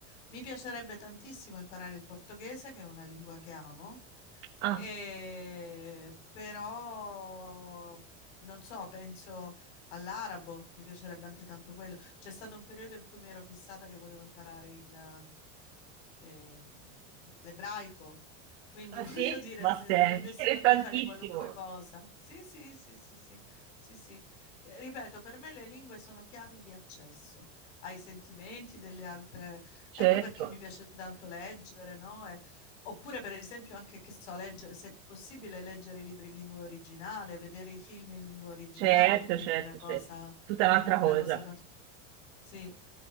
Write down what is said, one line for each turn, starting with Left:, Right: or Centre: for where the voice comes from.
Left: Mi piacerebbe tantissimo imparare il portoghese, che è una lingua che amo,
Right: Ah,
Left: e però non so, penso all'arabo, mi piacerebbe anche tanto quello. C'è stato un periodo in cui mi ero fissata che volevo imparare il, ehm, l'ebraico, quindi
Right: ah,
Left: <laughs> voglio
Right: sì?
Left: dire,
Right: Ma
Left: se
Right: sei
Left: dipendesse
Right: interessantissimo.
Left: da me farei qualunque cosa. Sì, sì, sì, sì, sì, sì, sì. Eh, ripeto, per me le lingue sono chiavi di accesso ai sentimenti delle altre.
Right: Certo,
Left: Ecco perché mi piace tanto leggere, no? E- oppure, per esempio, anche che so, leggere, se è possibile, leggere i libri in lingua originale, vedere i film in lingua originale
Right: certo,
Left: è comunque
Right: certo,
Left: una cosa,
Right: certo. Tutta un'altra
Left: una
Right: cosa.
Left: cosa par- Sì.